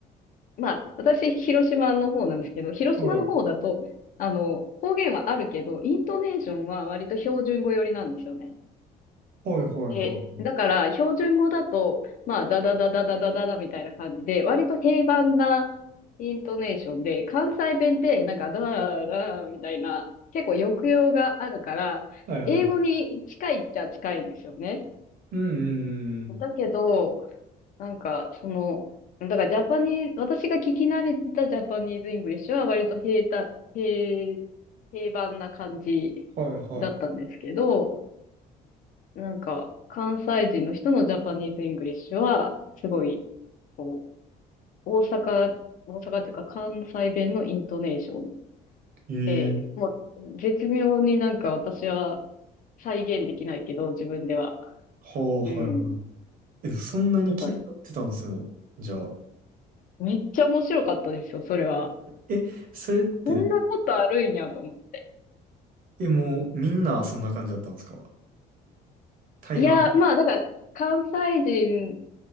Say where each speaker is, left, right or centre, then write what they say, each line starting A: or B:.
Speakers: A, on the left; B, on the right.
A: まあ、私、広島の方なんですけど、広島の方だと、
B: はい。
A: あの、方言はあるけど、イントネーションは割と標準語寄りなんですよね。
B: はいはいはい。
A: で、だから、標準語だと、まあ、ダダダダダダダダみたいな感じで、割と平凡なイントネーションで、関西弁って、なんか、ダダダーみたいな、結構抑揚があるから、
B: はい <laughs> はい。
A: 英語に近いっちゃ近いんですよね。
B: うんうんうん
A: だけど、なんか、その、だからジャパニーズ、私が聞き慣れてたジャパニーズ・イングリッシュは割と平た、平、平凡な感じ
B: はいは
A: だったんですけど、なんか、関西人の人のジャパニーズ・イングリッシュは、すごい、こう、大阪、大阪っていうか関西弁のイントネーション
B: い。え
A: で、もう、絶妙になんか私は再現できないけど、自分では。
B: ははいはい。
A: うん。
B: え、そんなに気になってたんですよ。
A: なんか、
B: じゃあ。
A: めっちゃ面白かったですよ、それは。
B: え、それって、
A: こんなことあるんやと思って。
B: え、もうみんなそんな感じだったんですか大半。
A: いや、まあ、だから、関西人、